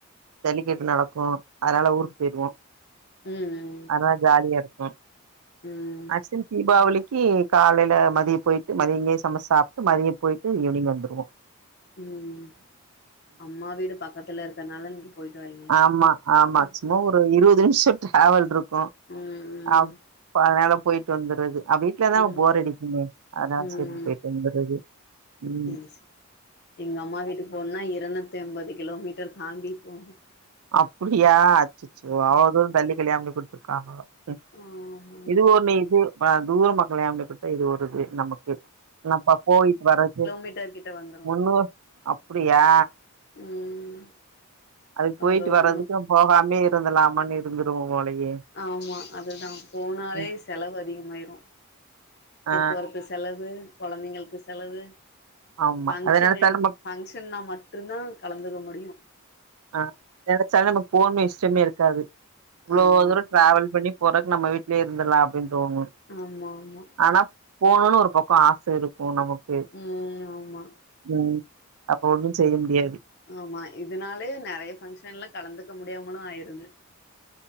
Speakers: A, on the right (about 80°); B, on the left (about 50°).
A: ஜல்லிக்கட்டு நடக்கூ அதனால ஊருக்கு போயரூவோ
B: ம் ம்
A: அதா ஜாலியா இருக்கோ
B: ம்
A: ஆசின் தீபாவளிக்கு காலைல மதியோ போயிட்டு மதியோ அங்கே சமைச்சு சாப்பிட்டு மதியோ போயிட்டு ஈவினிங் வந்துரூ போவோ
B: ம் அம்மா வீடு பக்கத்துல இருக்கற்னால நீங்க போயிட்டு வரீங்க
A: ஆமா ஆமா
B: ம்
A: சும்மா ஒரு இருபது நிமிஷோ டிராவல் இருக்கு
B: ம் ம்
A: அப் ப அதனால போயிட்டு வந்துறது அப்டியே வீட்ல தா
B: ம்
A: போர் அடிக்குமே அதா
B: ம்
A: செரின்ட்டு போயிட்டு வந்தறது உம்
B: செரி செரி எங்க அம்மா வீட்டுக்கு போணுன்னா இருநூத்தி எம்பது கிலோமீட்டர் தாண்டி போனு
A: அப்புடியா அச்சுச்சு அவ்ளோ தூரோ தள்ளி கல்யாண பண்ணி குடுத்துருக்காங்க
B: ஆமாங்க
A: இது ஒன்னு இது தூர மக்களே ஆம்பளையா பெத்தா இது ஒரு இது நமக்கு என்னப்பா போயி வரக்கு
B: மீட்டர் கிட்ட வந்து
A: முன்னு அப்டியா
B: ம்
A: அதுக்கு போயிட்டு
B: அவ்ளோ
A: வரதுக்கு
B: தூரோ
A: போகாமயே இருந்தலாமானு இருந்துருவோ போலயே
B: ஆமா அதுதா போனாலே
A: ம்
B: செலவு அதிகமாயிரு போக்குவரத்து
A: ஆ
B: செலவு கொழந்தைங்களுக்கு செலவு
A: ஆமா
B: ஃபங்க்ஷன்
A: அத நெனச்சா நம்ம
B: ஃபங்க்ஷன்னா மட்டுந்தா கலந்துக்க முடியு
A: ஆ கெடச்சா நமக்கு போணு இஷ்டமே இருக்காது இவ்ளோ
B: ஆமா
A: தூரோ டிராவல் பண்ணி போறக்கு நம்ம வீட்லயே இருந்துரலா அப்டின் தோணு
B: ஆமா ஆமா
A: ஆனா போனுன் ஒரு பக்கோ ஆச இருக்கு நமக்கு
B: ம் ஆமா
A: உம் அப்ப ஒன்னு செய்ய முடியாது
B: ஆமா இதனாலேயே நெறய பஃங்க்ஷன்ல கலந்துக்க முடியாமலு ஆயிருது